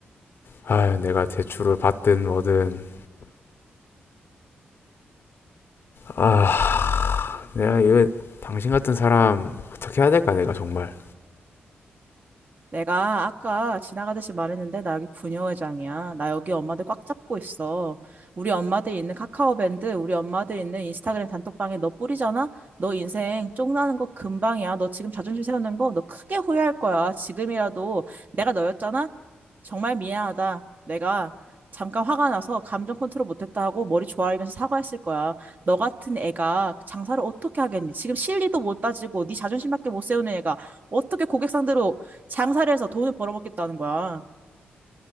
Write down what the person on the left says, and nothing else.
아유, 내가 대출을 받든 뭐든. 아. 내가 이거 당신 같은 사람 어떻게 해야 될까 내가 정말